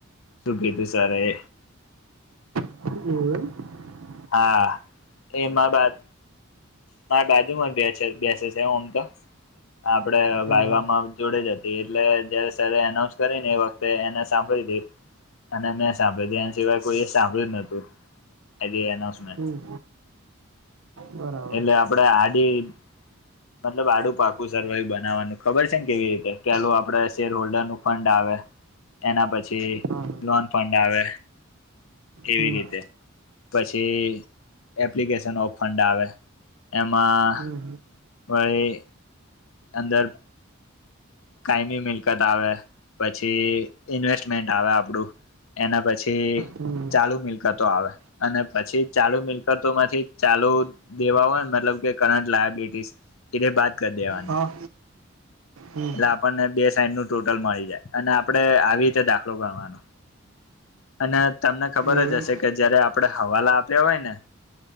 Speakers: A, on the left (about 80°); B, on the right (about 85°).
A: શું કીધું સર એ
B: <unintelligible>
A: હા, એમાં બાદ મારે બાજુમાં બેસે બેસે છે ઓમ તો આપડે
B: હા
A: વાયવામાં
B: હા
A: જોડે જ હતી, એટલે જયારે સર એનાઉન્સ કરીને એ વખતે તો એને સાંભળી હતી અને મેં સાંભળી હતી. એના સિવાય કોઈ સાંભળ્યું નતું એલી અનાઉન્સમેન્ટ
B: હમ્મ, બરાબર.
A: એટલે આપડે આડી મતલબ આડું પાકું સરવાયું બનાવવાનું ખબર છે ને કેવી રીતે પલું આપડે શેર હોલ્ડરનું ફંડ આવે એના પછી
B: હા હા
A: લોન ફંડ આવે એવી
B: હમ
A: રીતે
B: હમ
A: પછી એપ્લિકેશન ઓફ ફંડ આવે એમાં
B: હમ
A: ફરી અંદર કાયમી મિલકત આવે પછી ઇન્વેસ્ટમેન્ટ આવે આપડું એના પછી
B: હમ
A: ચાલુ મિલકતો આવે અને પછી ચાલુ મિલકતો માંથી ચાલુ દેવા હોય ને મતલબ કે કરંટ લાયાબિલિટીસ એટલે બાદ કરી દેવાની
B: હા હમ
A: એટલે આપણને બે સાઈડનું ટોટલ મળી જાય અને આપડે આવી રીતે દાખલો ગણવાનો અને તમને ખબર
B: એવું
A: જ
B: એમ
A: હશે કે જયારે આપડે હવાલા આપ્યા હોય ને